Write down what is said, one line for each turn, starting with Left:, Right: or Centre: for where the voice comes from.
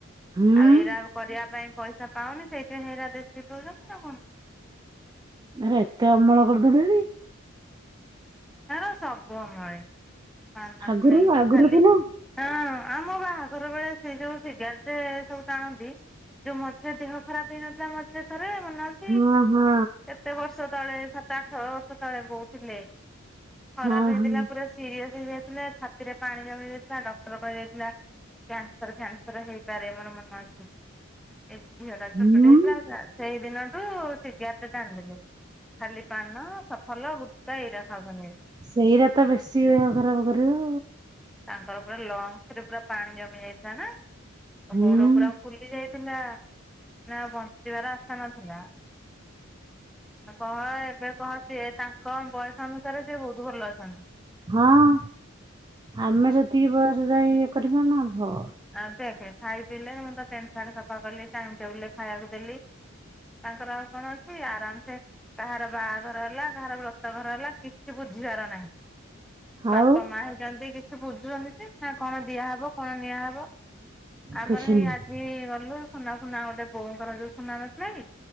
Right: ହୁଁ
Centre: ଆଉ ଏଇରା କରିବା ପାଇଁ ପଇସା ପାଉନି ସେଇଥିପାଇଁ ହେଇରା ଦେଶୀ ପିଉଚନ୍ତି ଆଉ କଣ।
Right: ଆରେ ଏତେ ଅମଳ କରିଦେଲେଣି।
Centre: ତାଙ୍କର ସବୁ <unintelligible> ପାନ
Right: ଆଗରୁ
Centre: ଠୁ ନେଇକି
Right: ଆଗରୁ
Centre: ଖାଲି
Right: ଥିଲା
Centre: ହଁ ଆମ ବାହାଘର ବେଳେ ସେଇ ଯଉ ସିଗାରଟେ ସବୁ ଟାଣନ୍ତି ଯଉ ମଝିରେ ଦେହ ଖରାପ୍ ହେଇନଥିଲା ମଝିରେ ଥରେ ମନେ ‌ଅଛ୍
Right: ହୁଁ- ହୁଁ।
Centre: କେତେ ବର୍ଷ ତଳେ ସାତ ଆଠ ବର୍ଷ ତଳେ ବଉ ଥିଲେ ଖରାପ୍
Right: ହଁ
Centre: ହେଇଥିଲା
Right: ହଁ
Centre: ପୁରା ସିରିଏସ୍ ହେଇଯାଇଥିଲା ଛାତିରେ ପାଣି ଜମି ଯାଇଥିଲା ଡକ୍ଟର କହିଦେଇଥିଲା କ୍ୟାନ୍ସର ଫ୍ୟାନ୍ସର୍ ହେଇପାରେ ମୋର ମନେ ଅଛି ଏ ଝିଅ ଟା
Right: ହୁଁ
Centre: ଛୋଟ ଟେ ହେଇଥିଲା ତା ସେଇ ଦିନ ଠୁ ସିଗାରେଟ୍ ଟାଣିଲେଣି ଖାଲି ପାନ, ସଫଲ, ଗୁଟ୍ଖା ଏଇରା <unintelligible>
Right: ସେଇରା ତ ବେଶୀ ଦେହ ଖରାପ କରିବ।
Centre: ତାଙ୍କର ପୁରା ଲଙ୍ଗ୍ସ୍ ରେ ପୁରା ପାଣି ଜମି ଯାଇଥିଲା ନା ଅ-
Right: ହୁଁ
Centre: ଗୋଡ ପୁରା ଫୁଲି ଯାଇଥିଲା ମାନେ ଆଉ ବଞ୍ଚିବାର ଆଶା ନଥିଲା। ଆଉ କହ ଏବେ କହ ସିଏ ତାଙ୍କ ବୟସ ଅନୁସାରେ ସିଏ ବହୁତ୍ ଭଲ ଅଛନ୍ତି।
Right: ହଁ ଆମେ ସେତିକି ବୟସ ଯାଇ ଇଏ କରି ପାରୁନଥବ
Centre: ଆ ଦେଖେ ଖାଇ ପିଇଲେ ମୁଁ ତ ପେଣ୍ଟ୍ ସାଟ୍ ସଫା କଲି ଟାଇମ୍ ଟେବୁଲ୍ ରେ ଖାଇବାକୁ ଦେଲି ତାଙ୍କର ଆଉ କଣ ଅଛି ଆରାମ୍ ସେ କାହାର ବାହାଘର ହେଲା କାହାର ବ୍ରତ ଘର ହେଲା କିଛି ବୁଝିବାର ନାହିଁ।
Right: ଆଉ
Centre: ବାପା ମା ହେଇଚନ୍ତି ଯେ କିଛି ବୁଝୁଚନ୍ତି ସେ ନା କଣ ଦିଆହବ କଣ ନିଆହବ ଆମର
Right: କିଛି
Centre: ଏଇ
Right: ନୁହଁ
Centre: ଆଜି ଗଲୁ ସୁନା ଫୁନା ଗୋଟେ ବଉଙ୍କର ଯଉ ସୁନା ନଥିଲା କି